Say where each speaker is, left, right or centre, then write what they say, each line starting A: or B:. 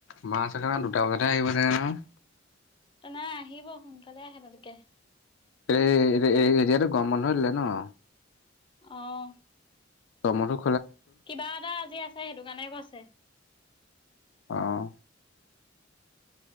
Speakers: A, on the left (about 70°); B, on the left (about 25°).
A: মা চাগে না দুটা বজাতহে আহিব চাগে নহয়
B: নাই আহিব সোনকালে আহে তালে। কে।
A: এই, এই এতিয়া তো গৰম বন্ধ দিলে ন?
B: আহ।
A: গৰম বন্ধ ত <unintelligible>
B: কিবা এটা আজি আছে সেইটো কাৰণে কৈছে।
A: আহ।